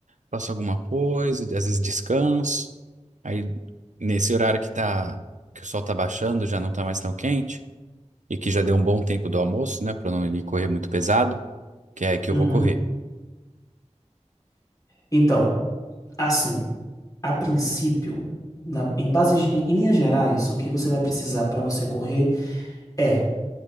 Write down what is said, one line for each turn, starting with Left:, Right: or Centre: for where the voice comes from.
Right: faço alguma coisa, às vezes descanso. Aí, nesse horário que tá, que o sol tá baixando, já não tá mais tão quente, e que já deu um bom tempo do almoço, né, Pra não ir correr muito pesado, que é que
Left: Uhum.
Right: eu vou correr.
Left: Então, assim, a princípio, na- em bases, em, em linhas gerais, o que você vai precisar para você correr é,